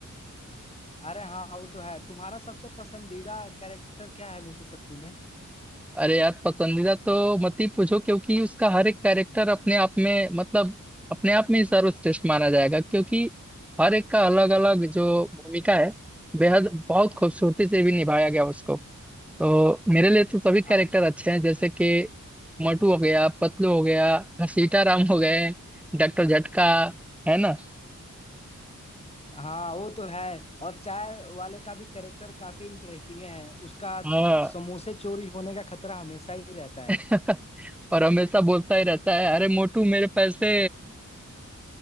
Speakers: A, on the left (about 20°); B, in the centre.
A: अरे हाँ वो तो है तुम्हारा सबसे पसंदीदा कैरेक्टर क्या है मोटू पतलू में
B: अरे यार पसंदीदा तो मत ही पूछो क्योंकि उसका हर एक कैरेक्टर अपने आप में मतलब अपने आप में ही सर्वश्रेष्ठ माना जाएगा क्योंकि हर एक का अलग अलग जो भूमिका है बेहद बहुत खूबसूरती से भी निभाया गया उसको तो मेरे लिए तो सभी कैरेक्टर
A: हाँ
B: अच्छे हैं जैसे कि मोटू हो गया पतलू हो गया घसीटा राम हो गए डॉक्टर झटका है ना
A: हाँ, वो तो है और चाय वाले का भी कैरेक्टर काफी इंटरेस्टिंग है उसका
B: हाँ
A: समोसे चोरी होने का खतरा हमेशा ही रहता
B: <laughs> और हमेशा बोलता ही रहता है अरे मोटू मेरे पैसे
A: है